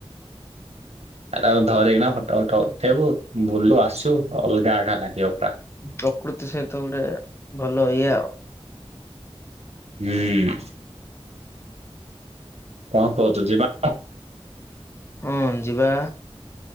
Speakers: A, on the right (about 85°); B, on the left (about 25°).
A: ଆରେ ଆଉ ଧରିକିନା ଫଟୋ ଫଟ ଉଠେଇବୁ ବୁଲୁ ଆସୁ ଅଲଗା ଅଗା ଲାଗିବ। ପୁରା।
B: ପ୍ରକୃତି ସହିତ ଗୋଟେ ଭଲ ଇଏ ଆଉ।
A: ହୁଁ। କଣ କହୁଛୁ ଯିବା।
B: ହଁ ଯିବା।